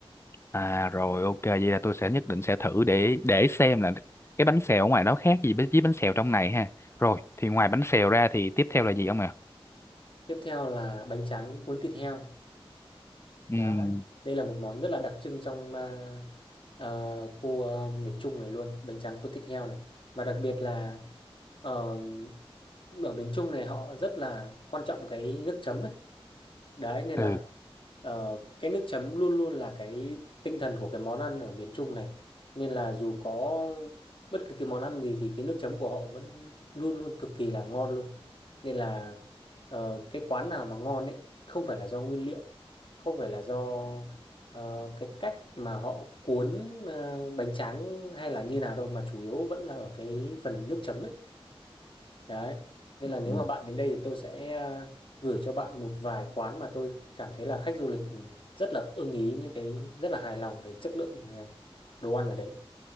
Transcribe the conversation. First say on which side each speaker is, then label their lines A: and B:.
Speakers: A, on the left; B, on the left.
A: à rồi ok vậy là tôi sẽ nhất định sẽ thử để để xem là cái bánh xèo ở ngoài đó khác gì với với bánh xèo trong này ha rồi thì ngoài bánh xèo ra thì tiếp theo là gì ông ạ
B: Tiếp theo là bánh tráng cuốn thịt heo.
A: ừ
B: Đó, đây là một món rất là đặc trưng trong ờ, ờ, khu ờ, miền Trung này luôn, bánh tráng cuốn thịt heo này. Và đặc biệt là Ờ, ở miền Trung này họ rất là quan trọng cái nước chấm ấy. Đấy nên
A: ừ
B: là ờ, cái nước chấm luôn luôn là cái tinh thần của cái món ăn ở miền Trung này. Nên là dù có bất cứ cái món ăn gì thì cái nước chấm của họ vẫn luôn luôn cực kỳ là ngon luôn. Nên là ờ, cái quán nào mà ngon ấy không phải là do nguyên liệu, không phải là do ờ, cái cách mà họ cuốn ờ, bánh tráng hay là như nào đâu mà chủ yếu vẫn là ở cái phần nước chấm ấy. Đấy. Nên là nếu
A: ừ
B: mà bạn đến đây thì tôi sẽ à, gửi cho bạn một vài quán mà tôi cảm thấy là khách du lịch ừ, rất là ưng ý những cái rất là hài lòng về chất lượng à, đồ ăn ở đấy.